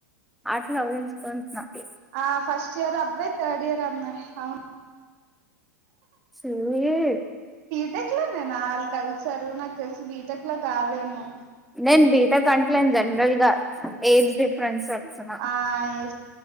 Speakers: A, in the centre; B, on the right.
A: ఆట్ల ఊహించుకున్నది
B: ఆ ఫస్ట్ ఇయర్ అబ్బాయి, థర్డ్ ఇయర్ అమ్మాయి అవున్
A: సయే
B: టెక్ లో నేనాళ్ళు కలిసారు, నాకు తెలిసి బీటెక్ లో కాదేమో.
A: నేన్ బీటెక్ కంట్లేన్ జనరల్గా, ఏజ్ డిఫరెన్స్ వస్తున్నా
B: ఆ ఏ